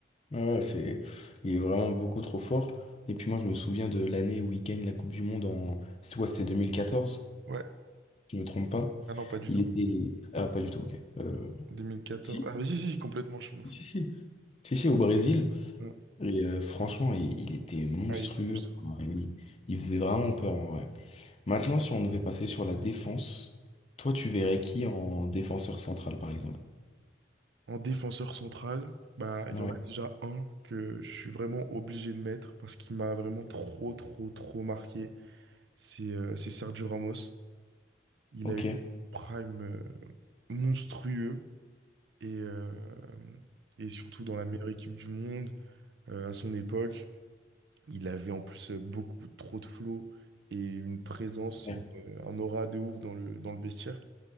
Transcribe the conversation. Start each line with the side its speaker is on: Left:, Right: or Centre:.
Left: Ouais, ouais, c'est, il est vraiment beaucoup trop fort. Et puis moi, je me souviens de l'année où il gagne la Coupe du Monde en, c'est quoi, c'était deux mille quatorze
Right: Ouais.
Left: je me trompe pas.
Right: Ah non, pas du
Left: Il
Right: tout.
Left: était, ah, pas du tout, ok. Euh,
Right: En 2014,
Left: Si,
Right: Ah, mais si, si, complètement, je suis ouf.
Left: si, si. Si, si, au Brésil.
Right: Mm.
Left: Et euh, franchement, il, il était monstrueux.
Right: Ah, il est monstre.
Left: Enfin, Il, il faisait vraiment peur, en vrai. Maintenant, si on devait passer sur la défense, toi, tu verrais
Right: Ouais.
Left: qui en défenseur central, par exemple?
Right: En défenseur central, bah, il
Left: Ouais,
Right: y en a déjà un que je suis vraiment obligé de mettre parce qu'il m'a vraiment trop, trop, trop marqué. C'est euh, c'est Sergio Ramos. Il
Left: ok.
Right: a eu un prime euh, monstrueux et, euh, et surtout dans la meilleure équipe du monde euh, à son époque. Il avait en plus euh, beaucoup trop de flow et une présence
Left: Ouais.
Right: et une- euh, un aura de ouf dans le, dans le vestiaire.